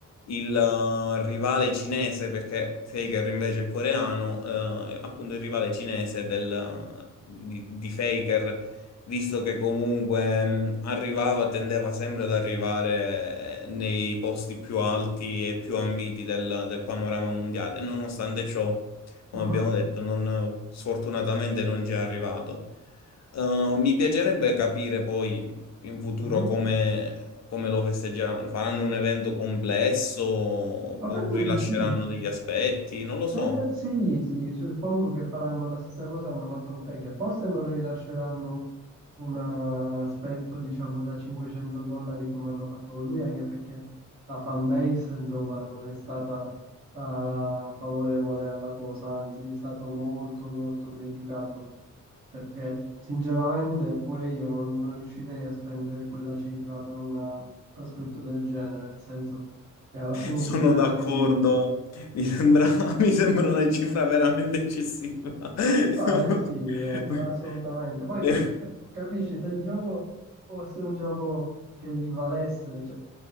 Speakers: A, on the left; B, on the right.
A: il eh, rivale cinese, perché Faker invece è coreano, eh, appunto il rivale cinese del- eh, di, di Faker, visto che comunque mh, arrivava, tendeva sempre ad arrivare eh, nei posti più alti e più ambiti del, del panorama mondiale. Nonostante ciò, come
B: Mhm,
A: abbiamo detto, non- sfortunatamente non ci è arrivato. Eh, mi piacerebbe capire poi in futuro
B: mhm.
A: come, come lo festeggeranno? Faranno un evento complesso?
B: Ma penso
A: Rilasceranno
B: di sì,
A: degli aspetti? Non lo so.
B: Eh, sì, sì, suppongo che faranno la stessa cosa che hanno fatto con Fake. Forse non rilasceranno un aspetto, diciamo, da 500 dollari come hanno fatto con lui, anche perché la fanbase, insomma, non è stata eh, favorevole alla cosa, anzi, è stato molto, molto criticato. Perché, sinceramente, pure io non, non riuscirei a spendere quella cifra per un aspetto del genere, nel senso che alla fine
A: Sono
B: si tratta
A: d'accordo.
B: di obiettivi.
A: Mi sembra, <laughs> mi sembra una cifra veramente eccessiva. <laughs>
B: Ah, eh sì, no, assolutamente. Poi eh, capisci se il gioco fosse un gioco che li valesse, cioè,